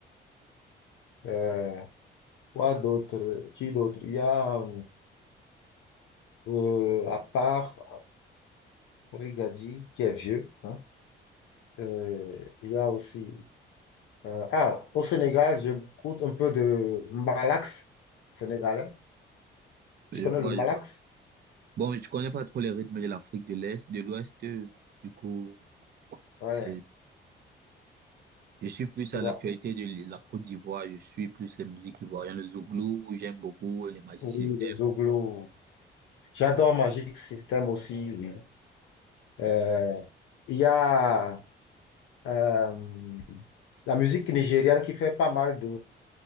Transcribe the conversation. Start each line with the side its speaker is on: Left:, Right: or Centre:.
Left: Euh, quoi d'autre? Qui d'autre? Il y a, euh, à part Serigadi, qui est vieux, hein, euh, il y a aussi. Euh, ah, au Sénégal, j'écoute un peu de Mbalax sénégalais.
Right: Je
Left: Tu connais
Right: vois,
Left: le Mbalax?
Right: je vois. Bon, je connais pas trop les rythmes de l'Afrique de l'Est, de l'Ouest. euh, Du coup,
Left: Ouais,
Right: c'est, je suis plus
Left: tu
Right: à
Left: vois.
Right: l'actualité de l- la Côte d'Ivoire. Je suis plus les musiques ivoiriennes, le Zouglou, j'aime beaucoup les Magic
Left: Oui,
Right: System.
Left: les Zouglo. J'adore Magic System aussi. oui. Euh, il y a euh, la musique nigériane qui fait pas mal de,